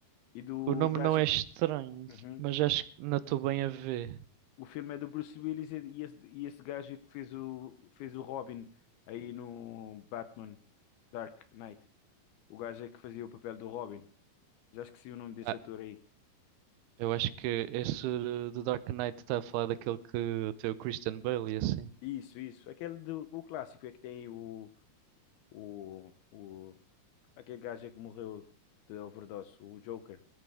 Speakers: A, on the left (about 75°); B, on the right (about 80°).
A: e do
B: o nome
A: gajo.
B: não é estranho,
A: que- Uhum.
B: mas acho que não estou bem a ver.
A: O filme é do Bruce Willis e, e esse, e esse gajo que fez o, fez o Robin aí no Batman Dark Knight. O gajo é que fazia o papel do Robin. Já esqueci o nome desse
B: Ah,
A: ator aí.
B: eu acho que esse do Dark Knight está a falar daquele que tem o Christian Bale e assim.
A: Isso, isso. Aquele do o clássico é que tem o, o, o aquele gajo é que morreu de overdose, o Joker.